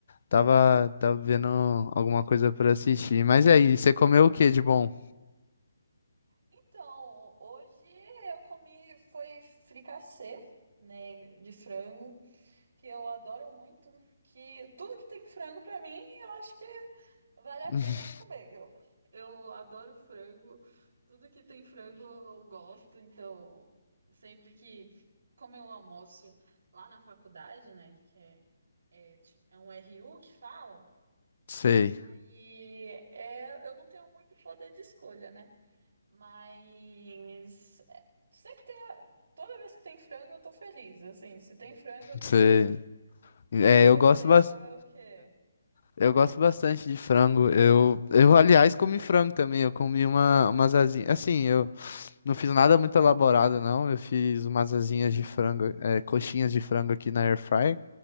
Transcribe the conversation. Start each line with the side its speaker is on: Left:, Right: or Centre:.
Left: Tava, tava vendo alguma coisa pra assistir. Mas e aí, você comeu o que de bom?
Right: Então, hoje eu comi foi fricassê, né, de frango, que eu adoro muito, que tudo que tem frango pra mim, eu acho que Vale a
Left: <laughs>
Right: pena comer. Eu, eu adoro frango. Tudo que tem frango eu gosto. Então, sempre que. Como eu almoço lá na faculdade, né? Que é, é, ti- é um RU que fala.
Left: Sei,
Right: E aí é, eu não tenho muito poder de escolha, né? Mas. é, Sempre tem. a- Toda vez que tem frango, eu tô feliz. Assim, se tem frango, eu tô
Left: sei.
Right: feliz. <laughs>
Left: É,
Right: Mas e você?
Left: eu gosto bastante.
Right: Comeu o quê?
Left: eu gosto bastante de frango. Eu, eu, aliás, comi frango também. Eu comi uma, umas asinhas. Assim, eu não fiz nada muito elaborado, não. Eu fiz umas asinhas de frango, é, coxinhas de frango aqui na air fryer.